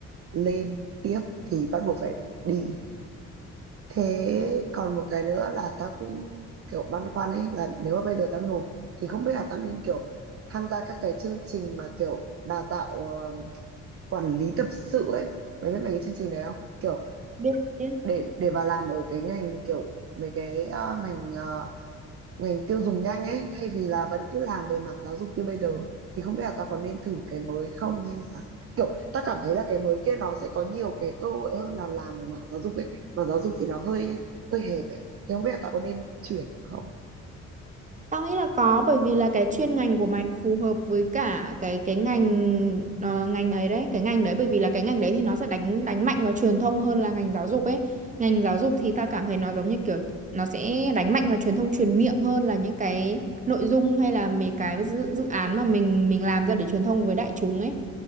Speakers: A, on the right (about 50°); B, on the right (about 25°).
A: lên tiếp thì bắt buộc phải đi Thế còn một cái nữa là tao cũng kiểu băn khoăn ấy là nếu mà bây giờ tao nộp thì không biết là tao nên kiểu tham gia các cái chương trình mà kiểu đào tạo ờ, quản lý tập sự ấy. Mày biết mấy cái chương trình đấy không? Kiểu
B: biết
A: để để vào làm ở cái ngành kiểu mấy cái ờ, ngành ờ, ngành tiêu dùng nhanh ấy thay vì là vẫn cứ làm về mảng giáo dục như bây giờ thì không biết là ta có nên thử cái mới không hay là kiểu ta cảm thấy là cái mới kia nó sẽ có nhiều cái cơ hội hơn là làm ở mảng giáo dục ấy mà giáo dục thì nó hơi hơi hẹp ấy thì không biết là ta có nên chuyển không
B: Tao nghĩ là có bởi vì là cái chuyên ngành của mày phù hợp với cả cái cái ngành ờ, ngành ấy đấy, cái ngành đấy bởi vì là cái ngành đấy thì nó sẽ đánh đánh mạnh vào truyền thông hơn là ngành giáo dục ấy. Ngành giáo dục thì tao cảm thấy nó giống như kiểu nó sẽ đánh mạnh vào truyền thông truyền miệng hơn là những cái nội dung hay là mấy cái dự, dự án mà mình mình làm ra để truyền thông với đại chúng ấy.